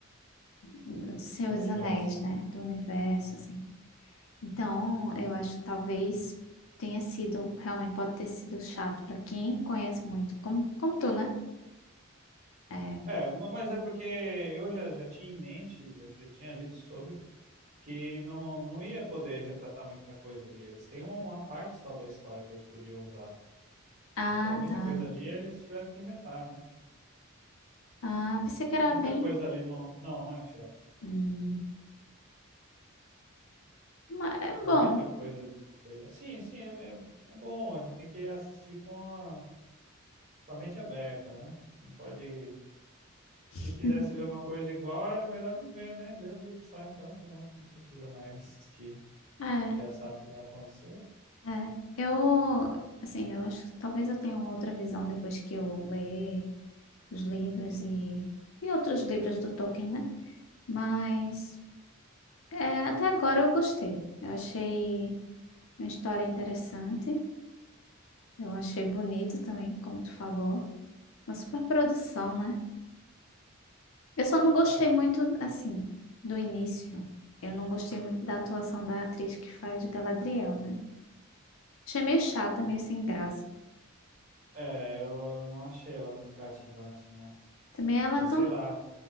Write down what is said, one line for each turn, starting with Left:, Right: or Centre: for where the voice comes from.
Left: do Senhor
Right: do
Left: dos
Right: universo,
Left: Anéis,
Right: né?
Left: né? Do universo,
Right: Uhum.
Left: assim. Então, eu acho que talvez tenha sido, realmente pode ter sido chato pra quem conhece muito, como, como tu, né? É.
Right: É, ma- mas é porque eu já, já tinha em mente, eu já tinha lido sobre, que não, não ia poder retratar muita coisa ali. Eles têm um, uma parte só da história que eles podiam usar.
Left: Ah,
Right: Então, muita
Left: tá.
Right: coisa ali eles tiveram que inventar, né?
Left: Ah, pensei que era
Right: Muita
Left: bem.
Right: coisa ali não, não, não é fiel.
Left: Hum, mas é
Right: Muita
Left: bom.
Right: coisa de diferença. Sim, sim, é, é, é bom. A gente tem que assistir com a, com a mente aberta, né? Não pode.
Left: <laughs>
Right: Se quisesse ver uma coisa igual, era melhor nem ver, né? Lê o livro só então, e pronto, não precisa mais <laughs> assistir.
Left: É,
Right: Já sabe o que vai acontecer.
Left: é. Eu, assim, eu acho que talvez eu tenha uma outra visão depois que eu ler os livros e, e outros livros do Tolkien, né? Mas é, até agora eu gostei. Eu achei uma história interessante. Eu achei bonito também, como tu falou. Uma super produção, né? Eu só não gostei
Right: É,
Left: muito, assim, do início. Eu não gostei muito da atuação da atriz que faz Galadriel, né? Achei meio chata, meio sem graça.
Right: É, eu não achei ela muito cativante, não.
Left: Também ela
Right: E
Left: é tão.
Right: sei lá,